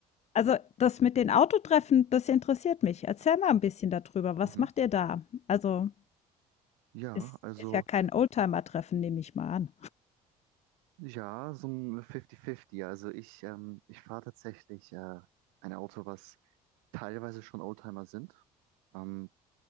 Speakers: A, on the left; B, on the right.
A: also, das mit den Autotreffen, das interessiert mich. Erzähl mal ein bisschen darüber, Was
B: Mhm.
A: macht ihr da? Also,
B: Ja,
A: es
B: also
A: ist ja kein Oldtimer-Treffen, nehme ich mal an.
B: ja, so ein 50-50. Also ich, ähm, ich fahre tatsächlich äh, ein Auto, was teilweise schon Oldtimer sind. Ähm,